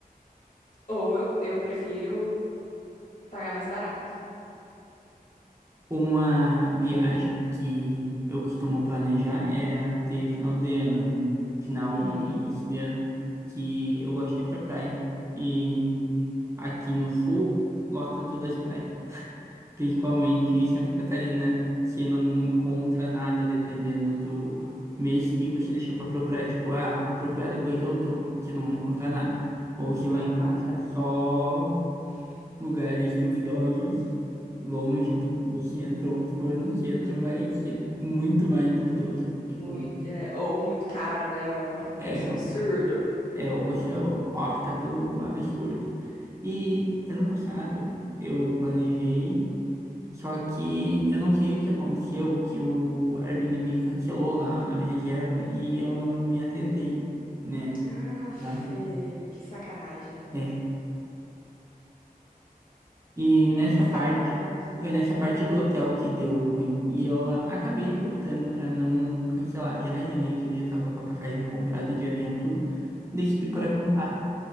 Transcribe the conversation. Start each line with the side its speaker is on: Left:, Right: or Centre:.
Left: Ou eu, eu prefiro pagar mais barato.
Right: Uma viagem que eu costumo planejar é a de final de ano, né? Final,
Left: Uhum.
Right: barra início de ano, que eu gosto de ir pra praia. E aqui no sul, lota tudo as praias. principalmente em Santa Catarina, que não encontra nada dependendo do mês que você deixar para procurar. Tipo, ah, vou procurar depois de outubro, que não vai encontrar nada. Ou você vai
Left: Ah,
Right: encontrar
Left: não.
Right: só lugares duvidosos, longe do, do centro, ou se for no centro, vai ser muito mais duvidoso.
Left: Muito,
Right: Tipo,
Left: é, ou muito caro, né? O
Right: é,
Left: preço absurdo.
Right: é, ou você opta pelo absurdo. E ano passado, eu planejei. Só que eu não sei o que aconteceu, que o Airbnb cancelou lá a minha reserva e eu não me atentei, né?
Left: Ah, Fê,
Right: Lá.
Left: que sacanagem.
Right: É. E nessa
Left: Que sacanagem.
Right: parte, foi nessa parte do hotel que deu ruim. E eu acabei optando pra não cancelar a viagem, né? Que eu já tava com a passagem comprada de avião, tudo. Decidi por
Left: Uhum.
Right: acampar.